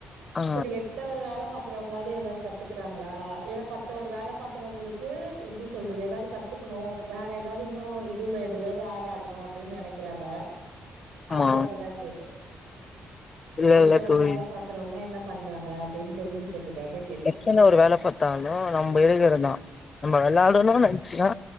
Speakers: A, on the left; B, on the right.
A: ஆ
B: செரி எட்டவர் வேலை பாக்குறவங்களது ஏதாது கத்துக்கிறாங்களா என்னா பத்தவர் வேலை பாக்குறவங்களுக்கு எப்டி சொல்றது ஏதாது கத் துக்கணு வேறு ஏதாவ்து இன்னோ இதுல எதுலையாது ஆட் ஆகுணு அப்டின்னு நெனைக்கிறாங்க
A: ஆமா
B: அதுக்காக தா கேட்டே
A: இல்ல
B: எட்டவர்
A: இல்ல தோழி
B: வேல பாக்குறவங்க என்ன பண்றாங்க அப்டின்னு தெரிஞ்சுக்கிறதுக்காக கேட்டே
A: பசங்க ஒரு வேல பாத்தாலு நம்ம <unintelligible> நம்ம விளாடணும்னு நெனைச்சுனா